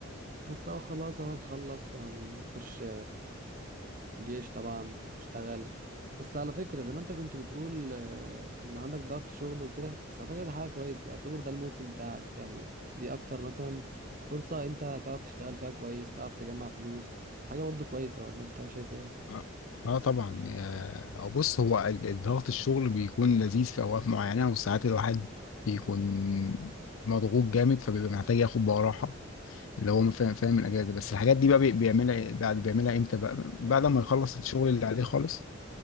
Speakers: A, on the right (about 45°); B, on the left (about 90°).
A: بس اهو خلاص اهو هنخلص وهنخش جيش طبعا اشتغل بس على فكرة زي ما انت كنت بتقول آه، ان عندك ضغط شغل وكده بس على فكرة ده حاجة كويسة يعتبر ده الموسم بتاعك يعني دي اكتر مثلا فرصة انت تعرف تشتغل فيها كويس تعرف تجمع فلوس حاجة برضو كويسة ولا انت شايف ايه
B: اه آه طبعا آه، هو بص هو ال- الضغط الشغل بيكون لذيذ في اوقات معينه وساعات الواحد بيكون مضغوط جامد فبيبقى محتاج ياخد بقى راحه اللي هو فاهم فاهم الاجازه بس الحاجات دي بقى بي- بيعملها إيه- بعد بيعملها امتى بقى بعد ما يخلص الشغل اللي عليه خالص